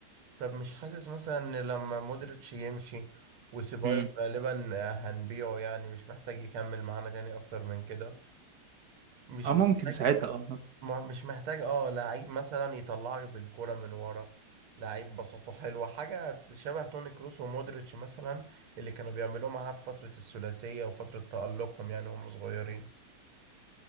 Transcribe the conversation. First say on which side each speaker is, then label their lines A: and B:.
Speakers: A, on the right (about 85°); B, on the right (about 50°).
A: طب مش حاسس مثلا ان لما مودريتش يمشي وسيبايوس
B: مم.
A: غالبا هنبيعه يعني مش محتاج يكمل معانا تاني اكتر من كده مش
B: اه ممكن
A: محتاج
B: ساعتها اه نط-
A: ما- مش محتاج اه لعيب مثلا يطلعك بالكرة من ورا لعيب بساطته حلوة حاجة شبه توني كروس ومودريتش مثلا اللي كانوا بيعملوه معاه في فترة الثلاثية وفترة تألقهم يعني هم صغيرين